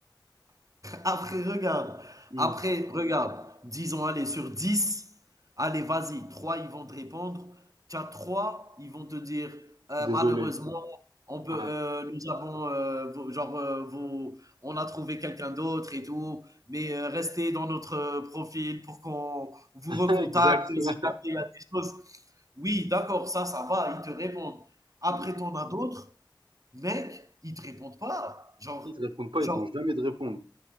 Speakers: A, on the right; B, on the right.
A: Après, regarde.
B: Mmh.
A: Après, regarde. Disons, allez, sur 10, allez, vas-y. Trois ils vont te répondre. Tu as 3, ils vont te dire Euh,
B: Désolé.
A: malheureusement, on peut,
B: Ouais.
A: euh, nous avons, euh, vos- genre, euh, vos- on a trouvé quelqu'un d'autre et tout, mais euh, restez dans notre euh, profil pour qu'on vous
B: <laughs>
A: recontacte
B: Exact. ouais.
A: si jamais il y a des choses. Oui, d'accord, ça, ça va, ils te répondent. Après,
B: Mmh.
A: t'en as d'autres, mec, ils te répondent pas. Genre,
B: Ils te répondent pas,
A: genre
B: ils vont jamais te répondre.